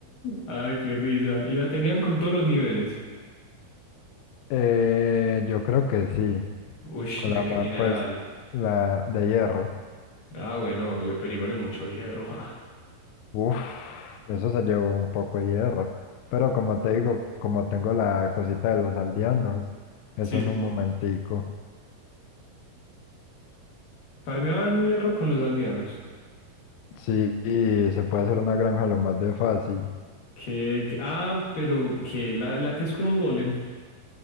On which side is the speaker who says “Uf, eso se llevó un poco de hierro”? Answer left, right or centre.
Left